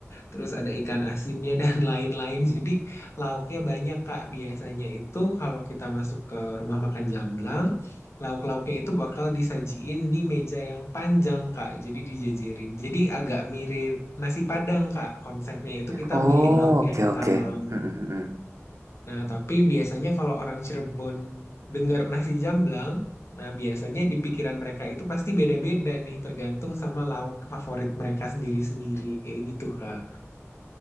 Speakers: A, on the left; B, on the right.
A: terus ada ikan asinnya dan <laughs> lain-lain. Jadi lauknya banyak Kak, biasanya itu kalau kita masuk ke rumah makan Jamblang, Lauk-lauknya itu bakal disajiin di meja yang panjang, Kak. Jadi dijajarin. Jadi agak mirip nasi Padang, Kak. Konsepnya itu kita
B: Oh,
A: milih lauk
B: oke
A: yang kita
B: oke.
A: mau.
B: Hmm, hmm, hmm. hmm.
A: Nah, tapi biasanya kalau orang Cirebon dengar nasi jamblang, nah biasanya di pikiran mereka itu pasti beda-beda nih, tergantung sama lauk favorit mereka sendiri-sendiri. Kayak gitu, Kak.